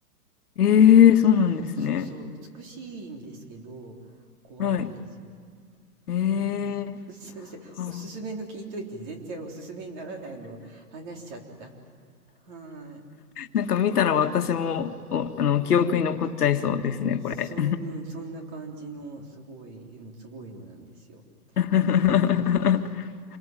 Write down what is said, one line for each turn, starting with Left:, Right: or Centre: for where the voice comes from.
Left: えー、そうなんですね。
Right: うん、そうそう、美しいんですけど、怖いんですよ。
Left: はい。ええー。
Right: あー <laughs> すいません。
Left: あー
Right: おすすめの聞いといて全然おすすめにならないのを話しちゃった。はい。
Left: なんか見たら私も、おあの、記憶に残っちゃいそうですね、
Right: そん、
Left: これ。
Right: うん、そんな感じのすごい、うん、すごいのなんですよ。
Left: <laughs> な
Right: はい。